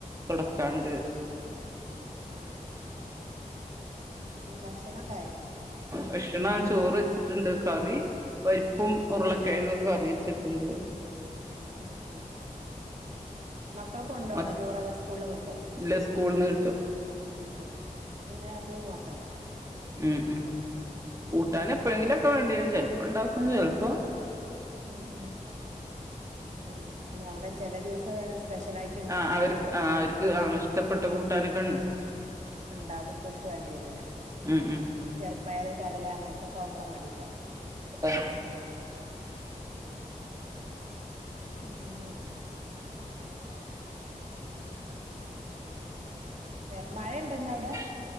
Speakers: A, on the right; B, on the right.
A: തൊടക്കാണ്ട്
B: ആഹ് ആഹ് ആഹ് പിന്നെ ഭക്ഷണൊക്കായോ
A: ഭക്ഷണം ചോറ് വെച്ചിട്ടുണ്ട് കറി പരിപ്പും ഉരുളക്കിഴങ്ങ് കറി വെച്ചിട്ടുണ്ട്
B: ഉം ഉം മക്കള് കൊണ്ടോണോ
A: മ
B: ചോറ് അതോ സ്കൂളില് കിട്ടുവോ
A: ഇല്ല സ്കൂളിന്ന് കിട്ടും
B: ആഹ് ആഹ് പിന്നെ അത് നോക്കണ്ടല്ലോ
A: ഉം ഉം
B: ഉം
A: കൂട്ടാൻ എപ്പോഴെങ്കിലുക്കെ വേണ്ടിവരും ചെലപ്പോ ഇണ്ടാക്കും ചെലപ്പോ
B: ഉം ഉം ഉം പിന്ന അവിടെ ചെല ദിവസം സ്പെഷലായി
A: ആഹ് അവര്ക്ക് ആഹ് അവർക്ക് ആ ഇഷ്ടപ്പെട്ട കൂട്ടാനൊക്കെ ഇൺ
B: ഇണ്ടാകുമ്പോൾക്ക് വേണ്ടി വരൂല്ല
A: ഉം ഉം
B: ചെറുപ്പയർ കടല അങ്ങനത്തൊക്കെ ആകുമ്പോളാ മടി ഇണ്ടാവുക
A: ആഹ്
B: പിന്നെ വേറെ മഴ ഇണ്ട്ന്നാ അവിടെ
A: ആ